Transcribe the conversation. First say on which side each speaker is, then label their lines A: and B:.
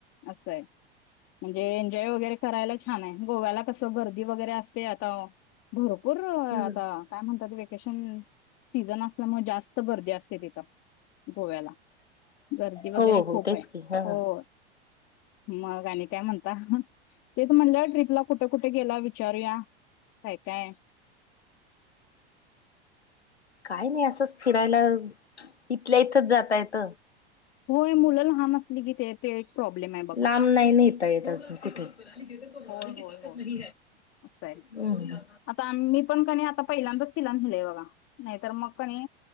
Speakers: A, on the left (about 45°); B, on the left (about 85°).
A: असं आहे. म्हणजे एन्जॉय वगैरे करायला छान आहे गोव्याला कसं गर्दी वगैरे असते आता भर पूर आता
B: हम्म
A: काय म्हणतात ते केशन सीझन असल्यामुळे जास्त गर्दी असते तिथं गोव्याला. गर्दी
B: हो
A: वगैरे
B: हो
A: खूप
B: तेच
A: आहे
B: की हा
A: होय. मग आणि काय म्हणता तेच म्हणलं ट्रीपला कुठे कुठे गेला विचारूया? काय काय
B: काय नाही असंच फिरायला इथल्या इथच जाता येत.
A: होय मुलं लहान असली कि ते प्रॉब्लेम आहे बघा
B: लांब नाही नेता येत अजून कुठे <unintelligible>
A: होय होय होय असं आहे
B: हम्म.
A: आता मी पण कनी आता पहिल्यांदाच तीला न्हेलय बघा नाहीतर मग कणी